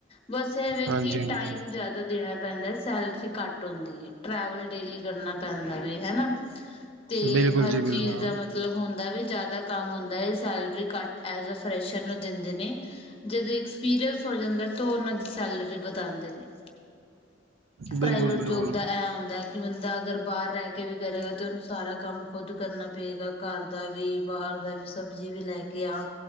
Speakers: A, on the left; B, on the right.
A: ਬਸ ਐ ਵੇ
B: ਹਾਂਜੀ
A: ਕਿ
B: ਹਾਂਜੀ
A: ਟਾਈਮ ਜਾ ਦੇਣਾ ਪੈਂਦਾ ਸੈਲਰੀ ਘੱਟ ਹੁੰਦੀ ਐ ਟਰੈਵਲ ਡੇਲੀ ਕਰਨਾ ਪੈਂਦਾ ਵੇ ਹੈ ਨਾ। ਤੇ
B: ਬਿਲਕੁਲ
A: ਹਰ
B: ਜੀ ਬਿਲਕੁਲ
A: ਚੀਜ਼ ਦਾ ਮਤ ਮਤਲਬ ਹੁੰਦਾ ਵੇ ਜਾਦਾ ਕੰਮ ਹੁੰਦਾ ਹੈ salary cut as a fresher ਨੂੰ ਦਿੰਦੇ ਨੇ। ਜਦੋਂ ਐਕਸਪੀਰੀਅੰਸ ਹੋ ਜਾਂਦਾ ਤੇ ਉਹ ਉਹਨਾਂ ਦੀ ਸੈਲਰੀ ਵਧਾਉਂਦੇ ਨੇ।
B: ਬਿਲਕੁਲ
A: ਪ੍ਰਾਈਵੇਟ
B: ਬਿਲਕੁਲ
A: ਜੋਬ ਦਾ ਇਹ ਹੁੰਦਾ ਕਿ ਬੰਦਾ ਅਗਰ ਬਾਰ ਰਹ ਕੇ ਵੀ ਕਰੇਗਾ ਤਾਂ ਉਹਨੂੰ ਸਾਰਾ ਕੰਮ ਖੁਦ ਕਰਨਾ ਪਏਗਾ ਘਰ ਦਾ ਵੀ ਬਾਰ ਦਾ ਵੀ ਸਬਜ਼ੀ ਵੀ ਲੈ ਕੇ ਆ।